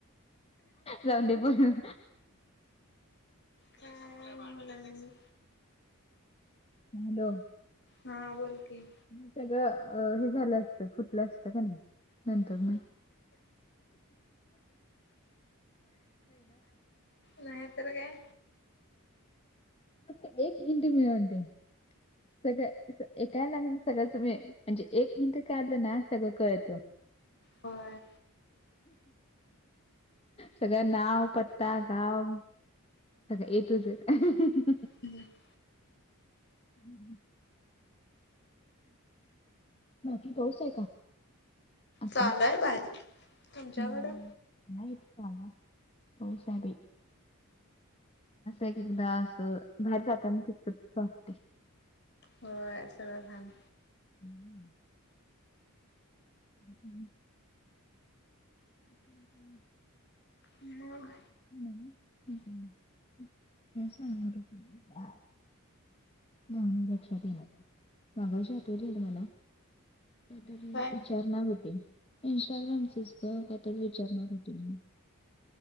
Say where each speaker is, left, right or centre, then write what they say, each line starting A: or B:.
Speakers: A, on the left; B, on the left.
A: जाऊ दे. म्हणून,
B: काय बोल आणि
A: हॅलो,
B: हा बोल की
A: ह सगळं हे झालं असतं फुटलं असतं का नाही. नंतर न
B: नाही तर काय.
A: फक्त एक हिंट मिळू दे. सग एका याला सगळ्याच मी म्हणजे एक हिंट काढलं ना सगळं कळत.
B: होय
A: सगळं नाव, पत्ता, गाव सगळ ए टू झेड.
B: ह <unintelligible>
A: हम्. बाकी पाऊस आहे का आता
B: चालू आहे बारीक. तुमच्याकडं?
A: हम्म, नाही इथ आला. पाऊस आहे बाई. एक एकदा असं बाहेर जाताना--वाटते.
B: होय. सगळं घाण
A: हम्म. ह हं. ह <inaudible>
B: मग
A: हम हम काय सांगणार आता जाऊदे लक्षात येईना. मगाशी आठवलेलं मला कायतरी
B: काय
A: विचा चारणार होते. इंस्टाग्रामचच गं कायतर विचारणार होती मी.